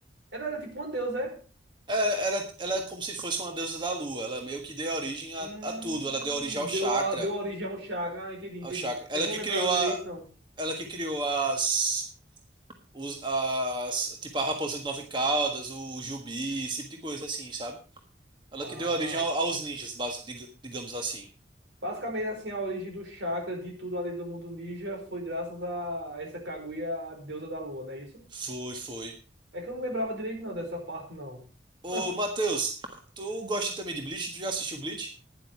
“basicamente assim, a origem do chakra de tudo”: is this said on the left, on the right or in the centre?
Right